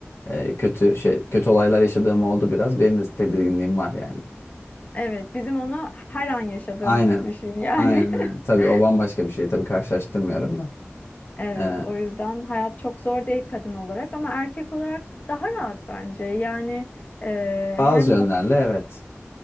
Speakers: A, on the left; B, on the left.
A: E, kötü şey kötü olaylar yaşadığım oldu biraz. Benim de tedirginliğim var yani.
B: Evet bizim onu her an yaşadığımızı
A: Aynen.
B: düşün yani.
A: Aynen aynen. Tabii
B: <laughs>
A: o bambaşka bir şey. Tabii karşılaştırmıyorum da.
B: Evet,
A: E,
B: o yüzden hayat çok zor değil kadın olarak ama erkek olarak daha rahat bence. Yani e,
A: bazı
B: hem
A: yönlerle
B: bakış
A: evet.
B: açı-